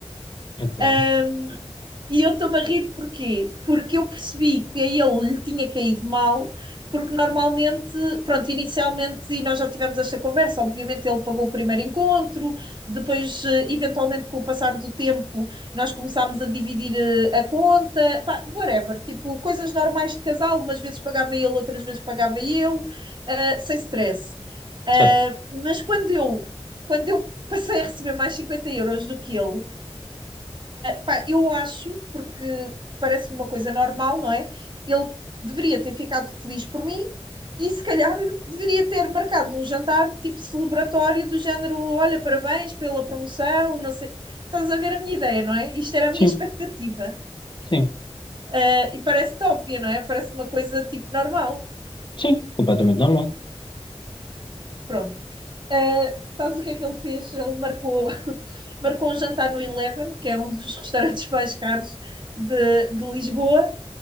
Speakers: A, on the left (about 45°); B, on the right (about 45°).
A: Ok.
B: Eh, e eu estou-me a rir porquê? Porque eu percebi que a ele lhe tinha caído mal, porque normalmente, pronto, inicialmente, e nós já tivemos esta conversa, obviamente ele pagou o primeiro encontro, depois, eh, eventualmente, com o passar do tempo, nós começámos a dividir eh, a conta, pá, whatever, tipo, coisas normais de casal, umas vezes pagava ele, outras vezes pagava eu, eh, sem stress. Eh,
A: certo.
B: mas quando eu, quando eu passei a receber mais 50 euros do que ele, Pá, eu acho, porque parece-me uma coisa normal, não é? Ele deveria ter ficado feliz por mim e se calhar deveria ter marcado um jantar tipo celebratório do género, olha, parabéns pela promoção, não sei. Estás a ver a minha ideia, não é? Isto era a
A: Sim,
B: minha expectativa.
A: sim,
B: Ah, e parece-te óbvia, não é? Parece uma coisa tipo normal.
A: sim, completamente normal.
B: Pronto. Ah, sabes o que é que ele fez? Ele marcou, <laughs> marcou um jantar no Eleven, que é um dos restaurantes mais caros de, de Lisboa,